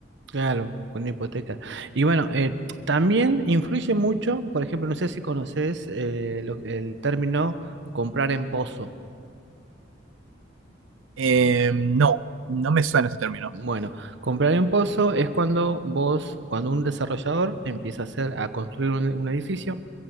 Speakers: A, on the right; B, on the right.
A: claro, con una hipoteca. Y bueno, eh, también influye mucho, por ejemplo, no sé si conoces eh, lo- el término comprar en pozo.
B: Eh, no, no me suena ese término.
A: Bueno, comprar en pozo es cuando vos, cuando un desarrollador empieza a hacer, a construir un, un edificio